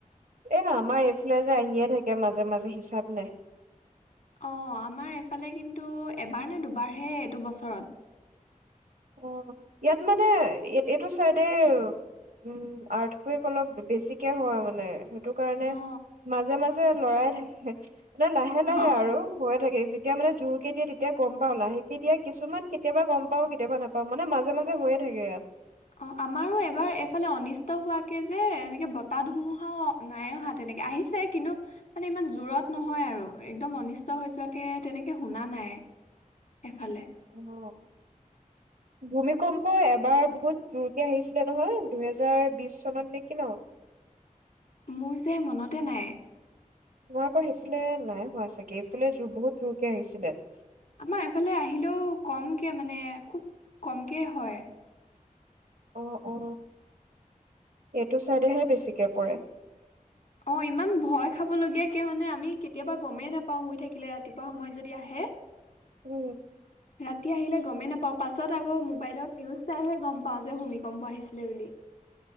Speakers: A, on the right; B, on the left.
A: এ আমাৰ এইফালে যে আহিয়ে থাকে মাজে মাজে হিচাপ নাই
B: অ আমাৰ এফালে কিন্তু এবাৰ নে দুবাৰহে এইটো বছৰত
A: অ ইয়াত মানে এইটো চাইডে উম আৰ্থকে অলপ বেছিকে হ মানে সেইটো কাৰণে
B: অ
A: মাজে মাজে লৰাই থাকে নাই লাহে লাহে
B: অ
A: আৰু হৈয়ে থাকে যে তেতিয়া মানে জোৰ কে দিয়ে তেতিয়ামানে গম পাও, লাহেকে দিয়া কিছুমান কেতিয়াবা গমা অহ কেতিয়াবা নাপাও মানে মাজে মাজে হৈয় থাকে ইয়াত।
B: অ আমাৰো এবাৰ এইফালে অনিষ্ট হোৱাকে যে এনেকে বতাহ ধুমুহাও নাই অহা। তেনেকে আহিছে কিন্তু মানে ইমান জোৰত নহয় আৰু একদম অনিষ্ট হৈ যোৱাকে তেনেকে শুনা নাই। এফালে
A: অ ভূমি কম্প এবাৰ বহুত জোৰকে আহিছিলে নহয় দুহেজাৰ বিশ চনত নেকি ন।
B: মোৰ যে মনতে নাই।
A: তোমাৰ আকৌ সেইফালে নাই হোৱা চাগে এইফালে জোৰ বহুত জোৰ কে আহিছিলে ন।
B: আমাৰ এফালে আহিলেও কমকে মানে, খুব কমকে হয়।
A: অ, অ এইটো ছাইডেহে বেছিকে পৰে।
B: অ ইমান ভয় খাব লগীয়াকে মানে আমি কেতিয়াবা গমেই নাপাওঁ শুই থাকিলে ৰাতিপুৱা সময়ত যদি আহে।
A: উম
B: ৰাতি আহিলে গমেই নাপাওঁ, পাছত আকৌ মোবাইলত নিউজ চাইহে গম পাওঁ যে ভূমিকম্প আহিছিলে বুলি।